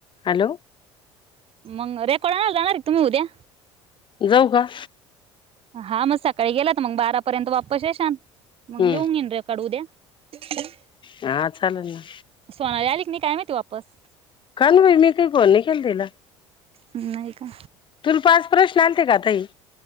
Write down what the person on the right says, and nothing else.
मग <unintelligible> जाणार तुम्ही उद्या.
हा मग सकाळी गेला तर मग बारा पर्यंत वापस येशान.
मंग लिहून घीन रेकॉर्ड उद्या. <unintelligible>
सोनाली आली. <unintelligible> काय माहिती वापस.
नाही का.